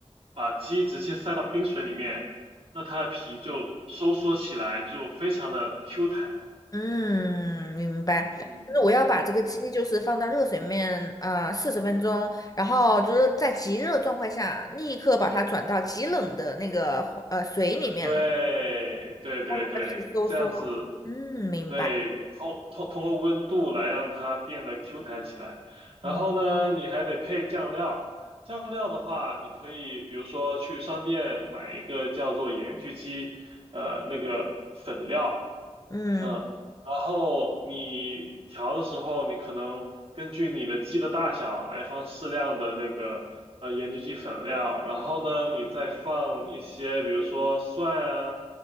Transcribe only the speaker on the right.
把鸡直接塞到冰水里面，那它的皮就收缩起来，就非常的 Q 弹。
嗯，
对对对对，
这样子，
对，通通通过温度来让它变得 Q 弹起来。然后呢，
你还得配酱料。酱料的话，你可以比如说去商店买一个叫做盐焗鸡，呃，那个粉料，
嗯，然后你调的时候，你可能根据你的鸡的大小来放适量的那个呃盐焗鸡粉料，然后呢，你再放一些，比如说蒜啊，